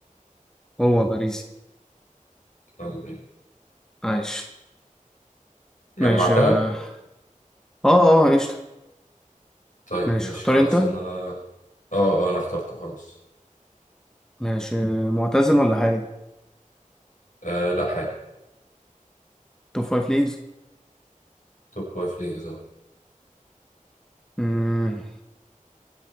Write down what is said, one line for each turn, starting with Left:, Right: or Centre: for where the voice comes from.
Centre: هو باريسي
Left: يلا بينا
Centre: عايش
Left: جمعتها
Centre: ماشي اه اه آه، قشطة
Left: طيب
Centre: ماشي
Left: ماشي
Centre: اختار
Left: خلاص
Centre: انت
Left: انا اه اه انا اخترت خلاص
Centre: ماشي معتزل ولا حالي
Left: آه لا حالي
Centre: توب فايف ليجز
Left: توب فايف ليجز اه
Centre: مم.